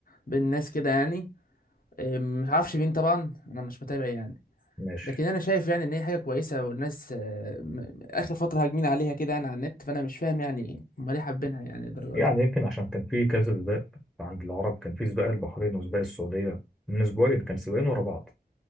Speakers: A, on the left; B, in the centre.
A: بين الناس كده يعني أم، مش عارفش مين طبعا انا مش متابع يعني
B: ماشي
A: لكن انا شايف يعني ان هي حاجه كويسه والناس آه، م- اخر فتره هاجمين عليها كده يعني على النت فانا مش فاهم يعني هم ليه حابينها يعني الدرجه
B: يعني
A: دي
B: يمكن عشان كان في كذا سباق عند العرب كان في سباق البحرين وسباق السعودية من اسبوعين كان سباقين ورا بعض